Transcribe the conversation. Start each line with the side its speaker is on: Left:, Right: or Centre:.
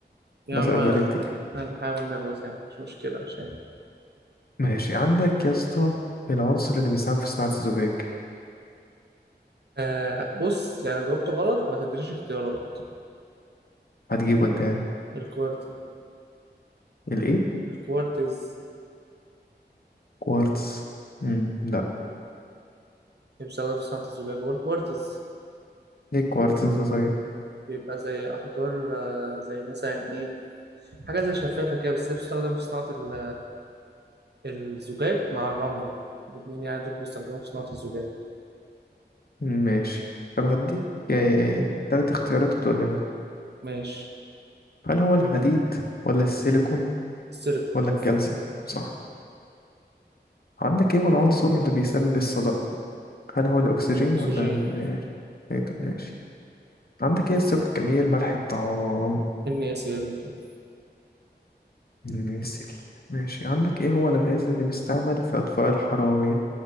Right: يا
Left: بسأل
Right: عم
Left: بقالي كتير
Right: هنحاول نغلط يعني مش مشكلة عشان
Left: ماشي عندك يا اسطى العنصر اللي بيساهم في صناعة الزجاج
Right: آه بص يعني لو جاوبت غلط ما تدريش اختيارات
Left: هتجيبه انت يعني
Right: الكوارت
Left: الايه
Right: الكوارتز
Left: كوارتز مم. لا
Right: اللي بيستخدم في صناعة الزجاج هو الكوارتز
Left: ايه الكوارتز ده طيب
Right: بيبقى زي أحجار آه، زي مثلا إيه حاجة زي شفافة كده بس هي بتستخدم في صناعة ال- الزجاج مع الرملة الاتنين يعني دول بيستخدموا في صناعة الزجاج
Left: ماشي طب هديك آه... تلات اختيارات وتقول لي منهم
Right: ماشي
Left: هل هو الحديد ولا السيليكون
Right: السيليكون
Left: ولا الكالسيوم صح عندك ايه هو العنصر اللي بيسبب الصدأ هل هو الأكسجين
Right: أكسجين
Left: ولا ال إيه، طب ماشي عندك ايه الصيغة الكيميائية لملح الطعام
Right: NaCl2
Left: نسيل ماشي عندك ايه هو الغاز اللي بيستعمل في أطفاء الحرائق